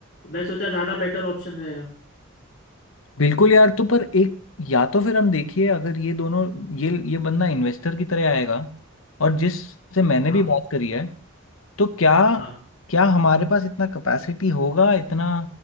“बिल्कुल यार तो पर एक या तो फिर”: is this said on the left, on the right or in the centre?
Left